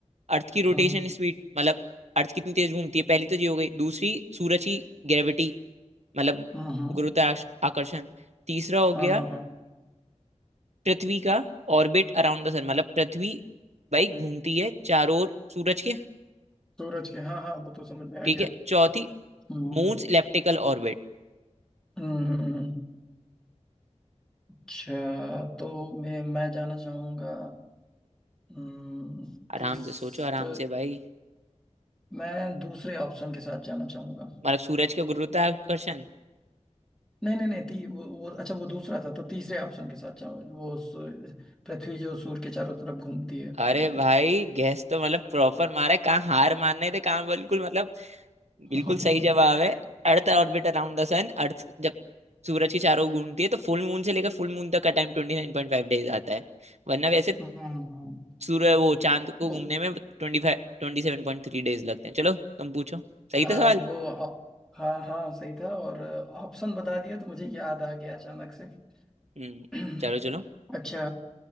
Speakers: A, on the right; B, in the centre.
A: अर्थ की रोटेशन
B: हाँ
A: स्पीड मतलब अर्थ कितनी तेज घूमती है पहली तो ये हो गई दूसरी सूरज की ग्रेविटी मतलब
B: हाँ हाँ
A: गुरुत्वाकर्षण तीसरा हो
B: हाँ
A: गया
B: हाँ हाँ
A: पृथ्वी का ऑर्बिट अराउंड द सन मतलब पृथ्वी भाई घूमती है चारों ओर सूरज के
B: सूरज के हाँ हाँ वो तो समझ में आ
A: ठीक
B: गया
A: है चौथी
B: हम्म
A: मून्स इलेप्टिकल ऑर्बिट
B: हम्म हम्म, हम्म, अच्छा तो मैं मैं जाना चाहूंगा हम्म, तीस
A: आराम से सोचो आराम
B: तो
A: से भाई
B: मैं दूसरे ऑप्शन के साथ जाना चाहूंगा
A: मतलब सूरज का गुरुत्वाकर्षण
B: नहीं नहीं नहीं ती, वो, वो अच्छा वो दूसरा था तो तीसरे ऑप्शन के साथ जाऊंगा वो सू- पृथ्वी जो सूर्य के चारों तरफ घूमती है उसकी
A: अरे
B: वजह
A: भाई
B: से
A: गैस तो मतलब प्रॉपर मारा है कहाँ हार मानने थे कहाँ बिल्कुल मतलब
B: <laughs>
A: बिल्कुल सही जवाब है Earth orbit around the sun earth जब सूरज के चारों ओर घूमती है तो फुल मून से लेकर फुल मून तक का टाइम ट्वेंटी नाइन पॉइंट फाइव डेज आता है वरना वैसे
B: हम्म,
A: सूर्य वो चांद को
B: वो
A: घूमने में ट्वेंटी फाइव ट्वेंटी सेवन पॉइंट थ्री डेज लगते हैं चलो तुम पूछो सही
B: हाँ
A: था सवाल
B: वो ऑ- हाँ हाँ सही था और ऑप्शन बता दिया तो मुझे याद आ गया अचानक से
A: हम्म
B: <clears throat>
A: चलो चलो
B: अच्छा